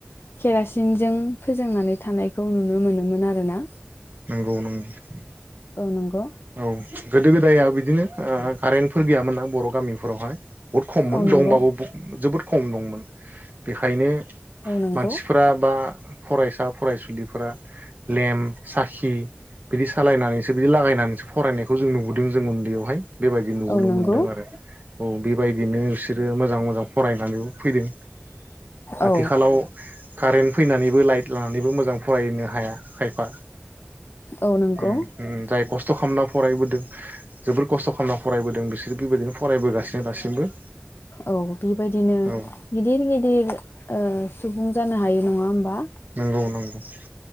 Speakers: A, on the left; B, on the right.
A: खेरासि सिनजों फोजोंनानै थानायखौ नुनो मोनोमोन आरो ना
B: नंगौ नंगौ
A: नंगौ
B: औ गोदो गोदाया बिदिनो ओ कारेन्टफोर गैयामोन नां बर' गामिफोरावहाय बहुत खममोन
A: औ नंगौ
B: दं होमबबो जोबोद खम दंमोन बेखायनो
A: औ नंगौ
B: मानसिफोरा बा फरायसा फरायसुलिफोरा लेम्प साखि बिदि सालायनानैसो बिदि लागायनानैसो फरायनायखौ जों नुबोदों जों उन्दैयावहाय बेबायदि नुबोनो
A: औ नंगौ
B: मोनदों आरो औ बेबायदिनो बिसोरो मोजां मोजां फरायनानैबो फैदों
A: औ
B: आथिखालाव कारेन्ट फैनानैबो लाइट लानानैबो मोजां फरायनो हाया खायफा
A: औ नंगौ
B: उम उम जाय जाय खस्थ फराय फरायबोदों जोबोर खस्थ' खालामना फरायबोदों बिसोरो बेबायदिनो फरायबोगासिनो दासिमबो
A: औ बेबायदिनो
B: औ
A: गिदिर गिदिर ओ सुबुं जानो हाय नङा होमबा
B: नंगौ नंगौ <inaudible>